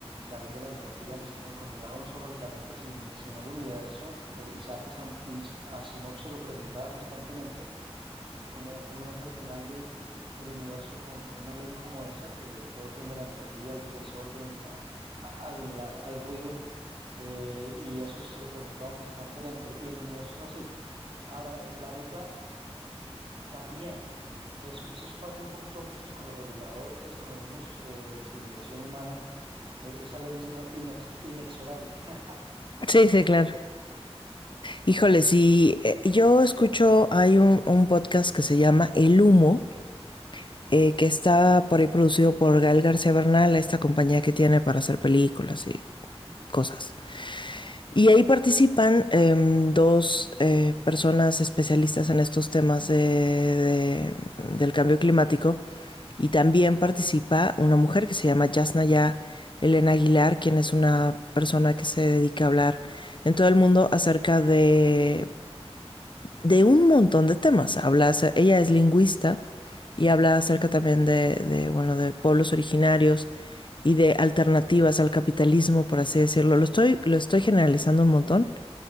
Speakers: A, on the right; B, on the left.
A: la ley de la entropía, nos tiene condenado no solo al planeta, si- sino al universo. Eh, Isaac Isam- Is- Asimov se lo preguntaba constantemente eh, ¿Cómo, cómo iba a ser el final de, del universo con, con una ley como esa, que todo tiende a la entropía, al desorden, a- a- al, al ruido? eh, y eso se lo preguntaba constantemente. Y el universo es así. Ahora, el planeta también. Entonces, eso es para ser un poquito justos con los reguladores, con los mismos eh, civilización humana. Eh, esa ley es ino- inox- inexorable. <laughs>
B: Sí, sí, claro. Híjole, si yo escucho, hay un, un podcast que se llama El Humo, eh, que está por ahí producido por Gael García Bernal, esta compañía que tiene para hacer películas y cosas. Y ahí participan em, dos eh, personas especialistas en estos temas de- de- del cambio climático y también participa una mujer que se llama Yasnaya Elena Aguilar, quien es una persona que se dedica a hablar en todo el mundo acerca de de un montón de temas. Habla, ella es lingüista y habla acerca también de, de, bueno, de pueblos originarios y de alternativas al capitalismo, por así decirlo. Lo estoy, lo estoy generalizando un montón.